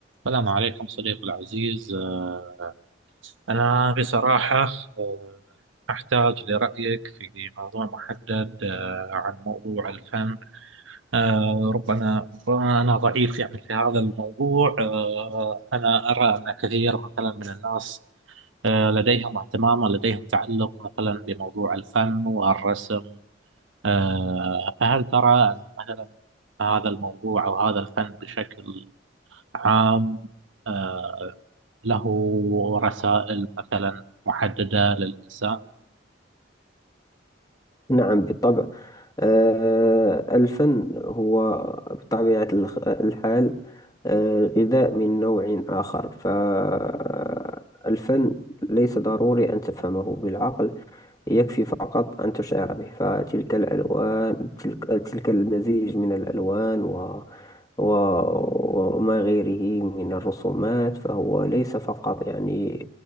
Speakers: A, on the right (about 80°); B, on the left (about 20°).
A: السلام عليكم صديقي العزيز آه، أنا بصراحة آه، أحتاج لرأيك في موضوع محدد آه، عن موضوع الفن آه، ربما ربما أنا ضعيف يعني في هذا الموضوع آه، أنا أرى أن كثير مثلا من الناس آه، لديهم اهتمام ولديهم تعلق مثلا بموضوع الفن والرسم آه، فهل ترى أن مثلا هذا الموضوع أو هذا الفن بشكل عام آه، له رسائل مثلا محددة للإنسان
B: نعم بالطبع آه، الفن هو بطبيعة الخ- الحال آه، غذاء من نوع آخر فالفن ليس ضروري أن تفهمه بالعقل يكفي فقط أن تشعر به فتلك الألوان تلك, تلك المزيج من الألوان و و- وما غيره من الرسومات فهو ليس فقط يعني